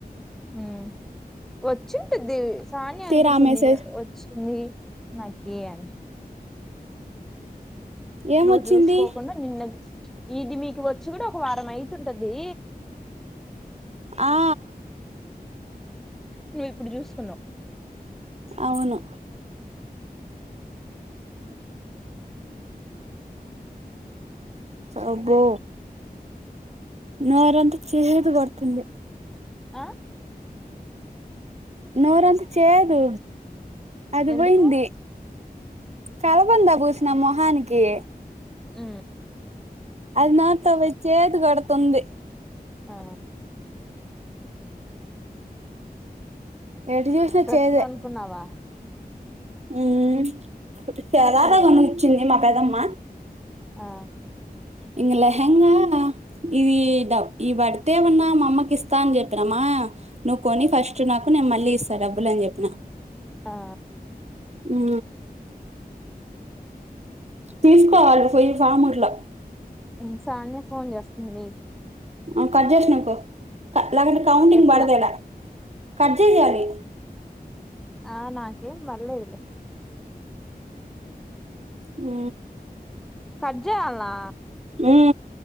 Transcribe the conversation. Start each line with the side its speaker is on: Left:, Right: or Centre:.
Centre: మ్మ్హ్ వచ్చింటుద్ది సానియాంటుండింది
Right: తీరా మెసేజ్
Centre: వచ్చి ంది నైట్ ఫ్రీయేనేష్
Right: ఏమొచ్చింది
Centre: నువ్వు జూసుకోకుండా నిన్న ఇది మీకు వచ్చి కూడా ఒక వారం అయితుంటదీ
Right: ఆ
Centre: <inaudible> నువిప్పుడు జూసుకున్నవ్
Right: అవును అబ్బో నోరంత చేదు గొడుతుంది
Centre: ఆ
Right: నోరంత చేదు అది
Centre: ఎందుకు
Right: బొయింది కలబందా బూసిన మొహానికీ
Centre: ఊ
Right: అది నోట్లో బోయి చేదు గొడుతుంది
Centre: ఆ
Right: ఎటు జూసినా
Centre: డ్రెస్
Right: చేదే
Centre: కొనుక్కున్నావా
Right: ఉమ్మ్మ్ శారార
Centre: చీరనా
Right: గమనిచ్చింది మా పెదమ్మ
Centre: ఆ
Right: ఇంగ లెహెంగా ఇదీ దబ్ ఇయిబడ్తేమన్నా మామ్మకిస్తా అని జెప్పినమా నువ్వు కొని ఫస్ట్ నాకు నేను మళ్ళీ ఇస్తా డబ్బులని జెప్పిన
Centre: ఆ
Right: ఊ తీసుకోవాలి ఫొయ్యి ఫామ్ ఇట్లా
Centre: ఉమ్ సాన్వీ ఫోన్ జాస్తుంది మీ
Right: ఆ కట్ జేష్ నొక్కు లేకుంటే కౌంటింగ్
Centre: ఎత్తలా
Right: బడదేడ కట్జే సెయాలి
Centre: ఆ నాకేం బడ్లేదులే
Right: ఊ
Centre: కట్జేయాల్నా
Right: ఊ